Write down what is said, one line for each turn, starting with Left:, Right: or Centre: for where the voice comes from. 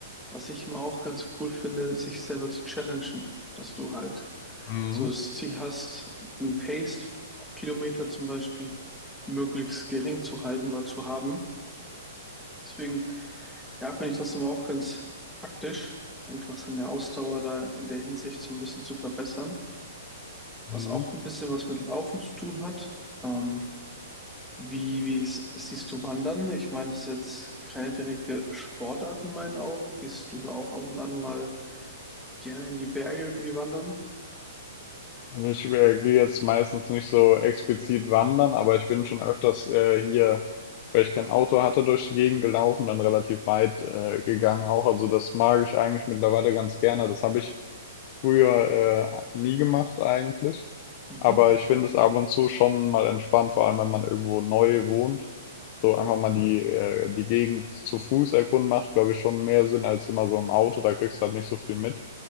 Centre: Was ich immer auch ganz cool finde, ist, sich selber zu challengen, dass du halt
Left: Mhm.
Centre: so das Ziel hast, ein Pace pro Kilometer zum Beispiel möglichst gering zu halten oder zu haben. Deswegen, ja, finde ich das immer auch ganz praktisch, einfach seine Ausdauer da in der Hinsicht so ein bisschen zu verbessern. Was
Left: Mhm.
Centre: auch ein bisschen was mit Laufen zu tun hat. Ähm, wie, wie es- siehst du Wandern? Ich meine, das ist jetzt keine direkte Sportart in meinen Augen. Gehst du da auch ab und an mal gerne in die Berge irgendwie wandern.
Left: Also ich äh, gehe jetzt meistens nicht so explizit wandern, aber ich bin schon öfters äh, hier, weil ich kein Auto hatte, durch die Gegend gelaufen, dann relativ weit äh, gegangen auch. Also das mag ich eigentlich mittlerweile ganz gerne. Das habe ich früher äh, nie gemacht eigentlich.
Centre: Mhm.
Left: Aber ich finde es ab und zu schon mal entspannt, vor allem wenn man irgendwo neu wohnt. So einfach mal Mhm. die, äh, die Gegend zu Fuß erkunden macht, glaube ich, schon mehr Sinn als immer so im Auto. Da kriegst du halt nicht so viel mit.